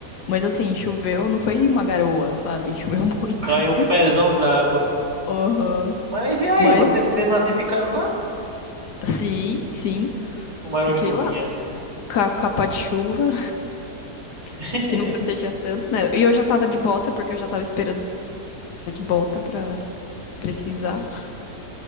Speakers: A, on the left; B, on the right.
A: Mas assim, choveu, não foi uma garoa, sabe? <laughs> Choveu muito.
B: Caiu um pezão d'água.
A: Aham.
B: Mas e aí,
A: Mas,
B: vocês mesmo assim ficaram lá?
A: sim, sim.
B: Tomaram
A: Fiquei
B: chuvinha.
A: lá com a capa de chuva,
B: <laughs>
A: <laughs> que não protegia tanto, né? E eu já tava de bota, porque eu já tava esperando de bota pra se precisar.